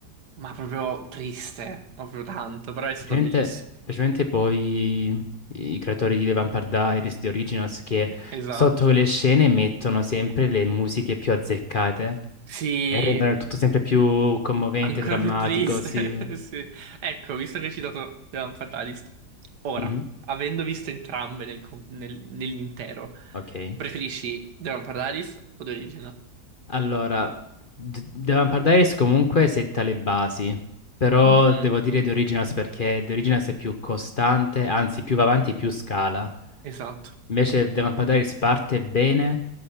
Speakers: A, on the right (about 80°); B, on the left (about 45°).
A: ma proprio triste, ma proprio tanto, però è
B: Specialmente,
A: stata bellissima.
B: specialmente poi i creatori di The Vampire Diaries, di Originals, che
A: Esatto.
B: sotto le scene mettono sempre le musiche più azzeccate.
A: Sì,
B: E rendono il tutto sempre più commovente,
A: ancora
B: drammatico,
A: più triste.
B: sì.
A: <laughs> Sì. Ecco, visto che hai citato The Land Fatalist, ora,
B: Mhm,
A: avendo visto entrambe nel com- nel- nell'intero,
B: Ok.
A: preferisci The Land Fatalist o The Original?
B: Allora, d- The Vampire Diaries comunque setta le basi, però
A: Mhm,
B: devo dire The Originals perché The Originals è più costante, anzi più va avanti più scala.
A: Esatto.
B: Invece The Vampire Diaries parte bene,